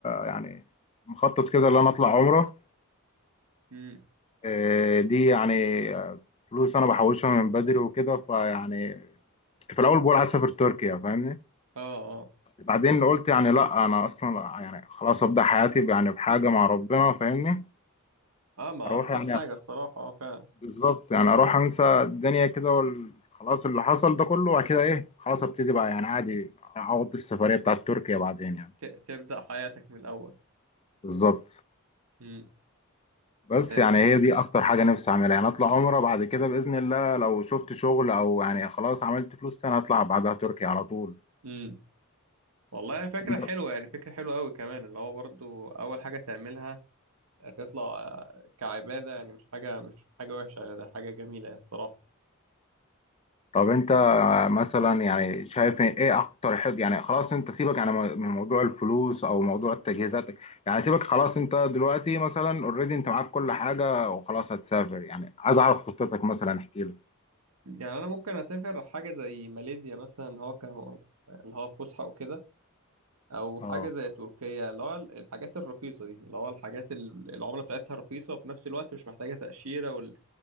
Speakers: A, on the left; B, on the right.
A: يعني مخطط كده ان انا اطلع عمره
B: امم
A: آه، دي يعني آه، فلوس انا بحوشها من بدري وكده فيعني كنت في الاول بقول عايز اسافر تركيا فاهمني
B: اه اه
A: بعدين قلت يعني لا انا اصلا يعني خلاص ابدا حياتي يعني بحاجه مع ربنا فاهمني
B: اه ما
A: اروح
B: احسن
A: يعني
B: حاجه الصراحه اه فعلا
A: بالظبط يعني اروح انسى الدنيا كده وال- خلاص اللي حصل ده كله وبعد كده ايه خلاص ابتدي بقى يعني عادي اقضي السفريه بتاعت تركيا بعدين يعني
B: ت- تبدا حياتك من الاول
A: بالظبط
B: امم
A: بس
B: يعني
A: يعني هي دي اكتر حاجه نفسي اعملها يعني اطلع عمره بعد كده باذن الله لو شفت شغل او يعني خلاص عملت فلوس تاني اطلع بعدها تركيا على طول
B: امم والله فكره
A: انت
B: حلوه يعني فكره حلوه قوي كمان اللي هو برضو اول حاجه تعملها تطلع آه، كعباده يعني مش حاجه مش حاجه وحشه يعني ده حاجه جميله يعني الصراحه
A: طب انت مثلا يعني شايف ايه اكتر حاجه يعني خلاص انت سيبك يعني من موضوع الفلوس او موضوع التجهيزات يعني سيبك خلاص انت دلوقتي مثلا اوريدي انت معاك كل حاجه وخلاص هتسافر يعني عايز اعرف خطتك مثلا احكي لي
B: يعني انا ممكن اسافر حاجه زي ماليزيا مثلا هو كان هو اللي هو فسحه وكده او حاجه
A: اه
B: زي تركيا اللي هو الحاجات الرخيصه دي اللي هو الحاجات ال- العمله بتاعتها رخيصه وفي نفس الوقت مش محتاجه تاشيره وال...